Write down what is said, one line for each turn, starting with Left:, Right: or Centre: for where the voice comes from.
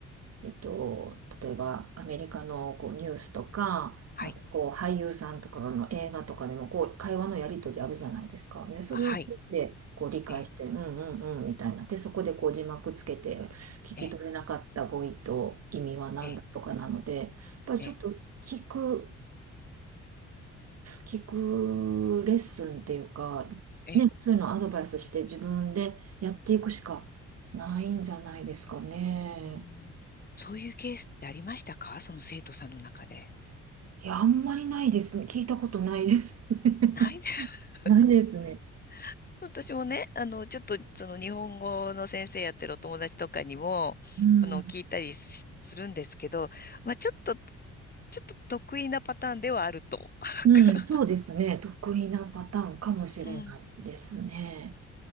Right: えっと、例えばアメリカのこうニュースとか、
Left: はい、
Right: あとこう俳優さんとかの映画とかでもこう会話のやり取りあるじゃないですか。ねそれを聞いてこう理解して、
Left: はい、ええ、
Right: うんうんうんみたいな。で、そこでこう字幕つけて聞き取れなかった語彙と意味は何だとかなので、
Left: ええ、ええ、
Right: やっぱりちょっと聞く、
Left: ええ、
Right: 聞くレッスンっていうか、
Left: ええ
Right: ね、そういうのをアドバイスして自分でやっていくしかないんじゃないですかね。
Left: うーんそういうケースってありましたかその生徒さんの中で。
Right: いや、あんまりないですね。聞いたことないですね。
Left: ないです。
Right: <laughs> ないですね。
Left: <laughs> 私もね、あの、ちょっとその日本語の先生やってるお友達とかにも、
Right: うん。
Left: あの、聞いたりしするんですけど、まあ、ちょっと、ちょっと得意なパターンではあると。<laughs>
Right: うん、そうですね。得意なパターンかもしれないですね。
Left: うん。